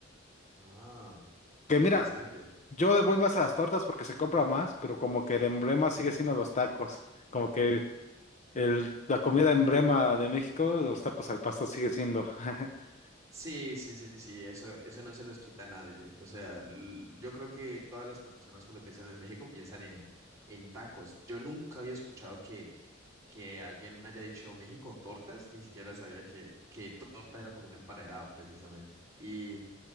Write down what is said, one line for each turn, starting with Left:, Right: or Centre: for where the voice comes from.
Right: Ah,
Left: Que
Right: interesante.
Left: mira, yo voy más a las tortas porque se compra más, pero como que el emblema sigue siendo los tacos. Como que el, la comida emblema de México, los tacos al pastor sigue siendo. <laughs>
Right: Sí, sí, sí, sí, sí, eso, eso no se los quita a nadie. O sea, l- yo creo que todas las personas cuando piensan en México piensan en, en tacos. Yo nunca había escuchado que, que alguien haya dicho México tortas, ni siquiera sabía que, que torta era como un emparedado precisamente. Y,